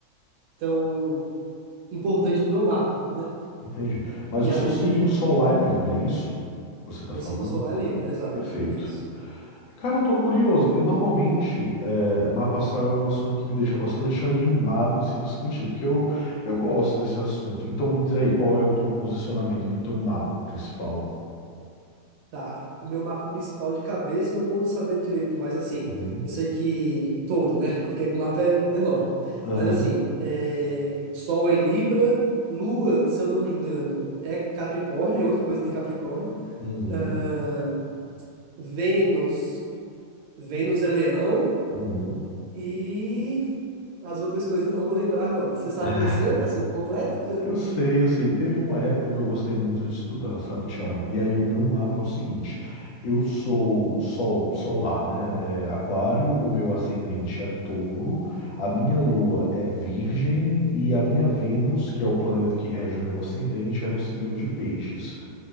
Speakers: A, on the right (about 85°); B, on the left (about 75°).
A: tão importante no meu mapa, né?
B: entendi. Mas
A: E
B: o
A: aí,
B: seu signo solar é Libra, é isso que você está
A: meu
B: falando?
A: signo solar é Libra, exato,
B: Perfeito.
A: isso.
B: Cara, eu tô curioso. Eu normalmente, é, mapa astral é um assunto que me deixa bastante animado de se discutir, porque eu, eu gosto desse assunto. Então me diz aí, qual é o teu posicionamento do teu mapa principal?
A: Tá, meu mapa principal de cabeça eu não vou saber direito, mas assim,
B: Uhum.
A: eu sei que todo, né? <laughs> Porque o mapa é enorme.
B: Aham.
A: Mas assim, é... Sol é em Libra, Lua, se eu não me engano, é Capricórnio, é a única coisa que tem Capricórnio.
B: Uhum.
A: Ahn, Vênus, Vênus é Leão
B: Uhum.
A: e as outras coisas eu não vou lembrar agora. Você sabe
B: <laughs>
A: o seu, assim, completo?
B: Eu sei, eu sei. Teve uma época que eu gostei muito de estudar, sabe, Thiago? E aí o meu mapa é o seguinte: eu sou sol solar, né? É, aquário, o meu ascendente é touro, a minha lua é virgem e a minha Vênus, que é o planeta que rege o meu ascendente, é no signo de peixes.